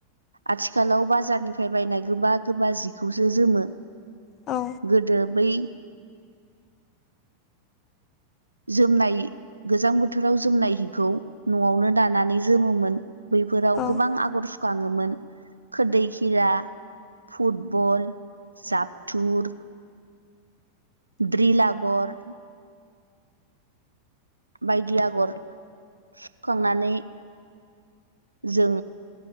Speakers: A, on the right; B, on the left.
A: आथिखालाव बाजारनिफ्राय बायनाय गोबा गोबा जिखौसो जोमो
B: औ
A: गोदो बै जोमनाय गोजां बोथोराव जोमनाय हिखौ न'आवनो दानानै जोमोमोन। बैफोराव
B: औ
A: गोबां
B: औ
A: आगर सुखाङोमोन खोरदै खिरा फुटबल जापटुर द्रिल आगर बायदि आगर सुखांनानै जों